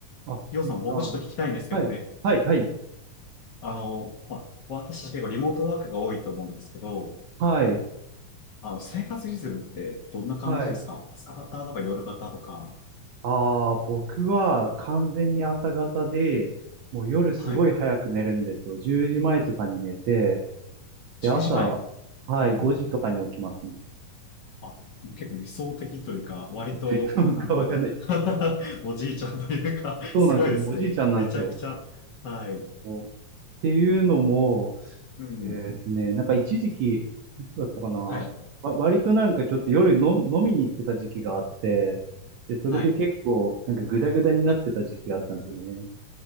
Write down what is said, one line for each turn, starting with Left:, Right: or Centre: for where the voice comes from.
Right: あ、
Left: りょうさん、
Right: ゆうきさん。
Left: 僕ちょっと聞きたいんですけどね。
Right: はい、はい、はい、
Left: あの、まあ、私たち結構リモートワークが多いと思うんですけど、
Right: はい、
Left: あの、生活リズムってどんな感じですか朝方とか夜方とか、
Right: はい。ああ、僕は完全に朝方で、もう夜すごい早く寝るんですよ。
Left: はい、
Right: 10時前とかに寝て、
Left: 10時前。
Right: で、朝、はい、
Left: うん。
Right: 5時とかに起きますね。
Left: あ、結構理想的というか、割と、
Right: <laughs> なんかわかんない。
Left: なんていうか <laughs> おじいちゃんというかすごいですね。
Right: そうなんですよ。もうおじいちゃんなんですよ。
Left: めちゃくちゃ。はい。
Right: そうっていうのも、
Left: うん。
Right: えーっとね、なんか一時期、いつだったかな、わ、
Left: はい。
Right: 割となんかちょっと夜の飲みに行ってた時期があって、で、それで結構なんかグダグダになってた時期があったんですよね。
Left: はい。